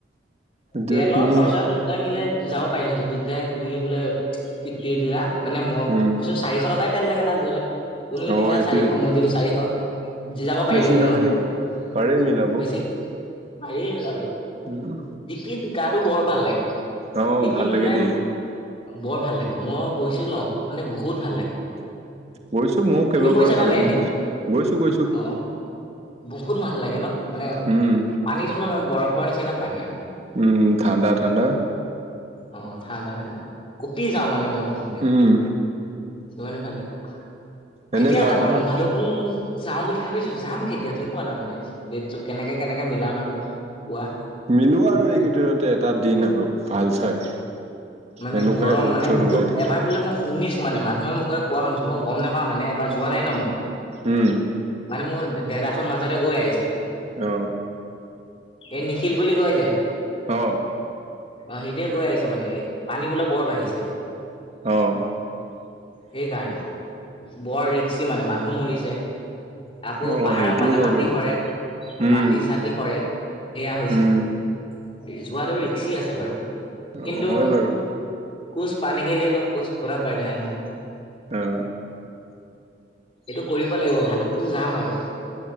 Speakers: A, on the right; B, on the left.
A: এতিয়া
B: তেলৰ
A: তুমি
B: খৰচা দুটাই মিলাই যাব পাৰিলোহেঁতে দুটাই তুমি বোলে ফিৰ্ফটি দিলা। মানে মই
A: উম
B: কৈছোঁ চাৰিশ টকাই তেল লাগে তাত গ'লে তুমি
A: অ
B: দিলা
A: সেইটোৱেই
B: চাৰিশ মই দিলোঁ চাৰিশ। গুচি যাব
A: বেছি
B: পাৰিলোঁহেতেন
A: নালাগেতো
B: নহ
A: পাৰে মিলাব
B: বেছি হেৰি আৰু।
A: উম।
B: টিপিত গাটো বৰ ভাল লাগে
A: অ
B: টিপিত
A: ভাল লাগে
B: মানে।
A: দেই
B: বৰ ভাল লাগে মই গৈছোঁ নহ মানে বহুত ভাল লাগে।
A: গৈছোঁ ময়ো কেইবাবাৰো
B: তুমি গৈছা নে
A: ভালুকপুং
B: নাই এনেই
A: গৈছোঁ, গৈছোঁ, গৈছোঁ।
B: অ বহুত ভাল লাগে নহ মানে
A: উম
B: পানীটো নহ ধৰ বৰফৰ নিচিনা পানী আৰু।
A: উম ঠাণ্ডা, ঠাণ্ডা।
B: অ ঠাণ্ডা, ঠাণ্ডা কপি যাওঁ মানে মই। <unintelligible>
A: উম
B: সিমানে ভাল লাগে। কেতিয়া
A: এনে ভাত
B: যাবানো
A: ভাত
B: ভালুক উম যাওঁ বুলি ভাৱিছোঁ যাম কেতিয়া কোৱা না মানে ডেট কেনেকে, কেনেকে মিলাম আৰু। ৱাহ।
A: মিলোৱা আৰু এইকেইদিনতে এটা দিন আৰু ভাল চাই।
B: মানে
A: এনেকুৱাই
B: গৰম
A: ৰ'দ
B: মানে
A: চ'দ
B: বহুত
A: ওলাই থাকে
B: এবাৰ বোলে মই শুনিছোঁ মানে মানুহৰ মুখত কোৱা শুনিছোঁ মই গম নাপাওঁ মানে এ যোৱা নাই নহ মই।
A: উম।
B: মানে মোৰ দাদাখন মাজতে গৈ আহিছে।
A: অ।
B: এই নিখিল বুলি কয় যে।
A: অ।
B: অ সিহঁতিয়ে গৈ আহিছে মানে পানী বোলে বৰ বাঢ়িছে।
A: অ। <inaudible>
B: সেইকাৰণে, বৰ ৰিক্সি মানে মানুহ মৰিছে। আকৌ
A: অ
B: পাহাৰৰ
A: সেইটোও
B: পৰা যে
A: হয়
B: মাটি
A: বাৰু
B: সৰে
A: উম
B: মাটি চাটি সৰে। সেয়া হৈছে।
A: উম
B: যোৱাটো ৰিক্সি আছে বাৰু
A: অ
B: কিন্তু।
A: হয় বাৰু
B: <unintelligible>
A: অ।
B: এইটো কৰিব লাগিব ভালুক পুং যাম বাৰু।